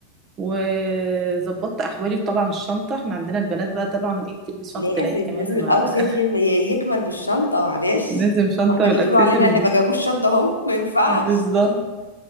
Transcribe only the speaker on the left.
لازم
لازم الاوتفيت
يم- ي- يكمل بالشنطة معلش
امال
يقولوا علينا اللي
ما جابوش
شنطة هم ما ينفعش